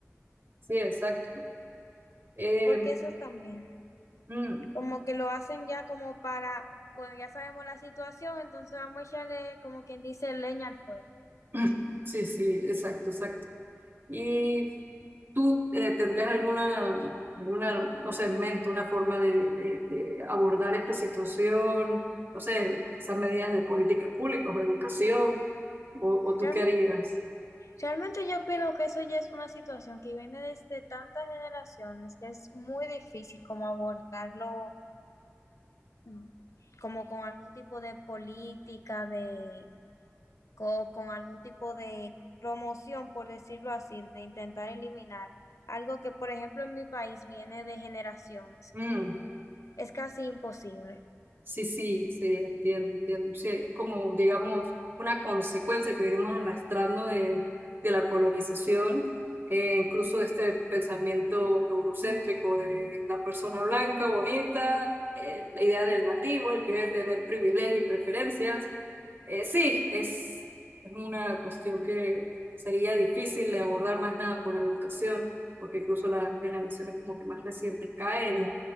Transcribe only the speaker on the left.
porque eso es también,
como que lo hacen ya como para, bueno, ya sabemos la situación, entonces vamos a echarle como quien dice leña al fuego.
Real-
Realmente yo opino que eso ya es una situación que viene desde tantas generaciones que es muy difícil como abordarlo mm, como con algún tipo de política, de co- con algún tipo de promoción, por decirlo así, de intentar eliminar algo que, por ejemplo, en mi país viene de generaciones.
Es casi imposible.